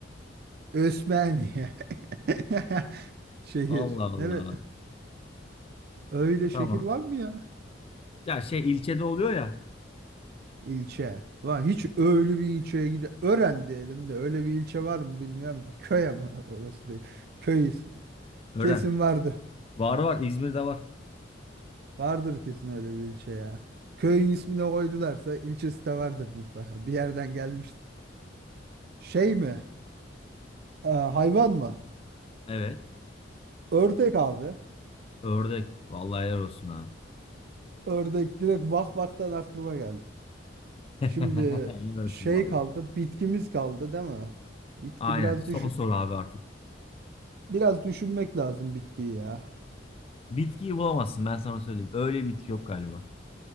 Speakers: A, on the right; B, on the left.
A: Osmaniye. <laughs> Şehir.
B: Allah Allah.
A: Nere? Öyle şehir
B: Tamam.
A: var mı ya?
B: Ya şey ilçede oluyor ya.
A: İlçe. Var. Hiç öyle bir ilçeye gide. Ören diyelim de öyle bir ilçe var mı bilmiyorum ki. Köy ama <laughs> orası değil. Köy ismi.
B: Ören.
A: Kesin vardı.
B: Var var. İzmir'de var.
A: Vardır kesin öyle bir ilçe ya. Köyün ismini koydularsa ilçesi de vardır mutlaka. Bir yerden gelmiştir. Şey mi? Ee, hayvan mı?
B: Evet.
A: Ördek abi.
B: Ördek. Vallahi helal olsun ha.
A: Ördek direkt vak vaktan aklıma geldi.
B: <laughs>
A: Şimdi
B: Helal olsun
A: şey
B: vallahi.
A: kaldı. Bitkimiz kaldı değil mi? Bitki
B: Aynen.
A: biraz
B: Son
A: düş
B: soru abi artık.
A: Biraz düşünmek lazım bitkiyi ya.
B: Bitkiyi bulamazsın ben sana söyleyeyim. Öyle bitki yok galiba.